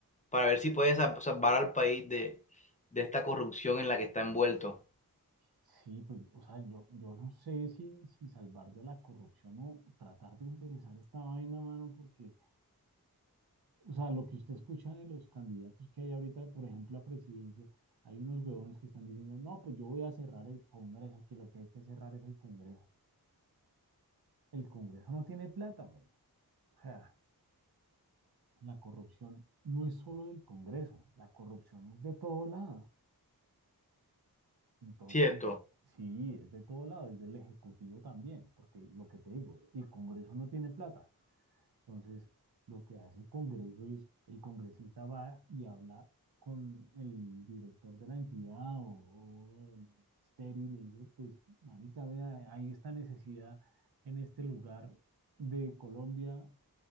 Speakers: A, on the left; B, on the right.
A: para ver si puede sa- salvar al país de, de esta corrupción en la que está envuelto.
B: Sí, pues, o sea, yo, yo no sé si, si salvar de la corrupción o tratar de interesar esta vaina, mano, porque, o sea, lo que usted escucha de los candidatos que hay ahorita, por ejemplo, a presidencia, hay unos huevones que están diciendo, no, pues yo voy a cerrar el Congreso, que lo que hay que cerrar es el Congreso. El Congreso no tiene plata, men. O sea, la corrupción no es solo del Congreso, la corrupción es de todo lado. Entonces,
A: Cierto,
B: sí, es de todo lado, es del Ejecutivo también, porque lo que te digo, el Congreso no tiene plata. Entonces, lo que hace el Congreso es, el congresista va y habla con el director de la entidad o, o del ministerio y le dice, pues, marica, vea, hay esta necesidad en este lugar de Colombia,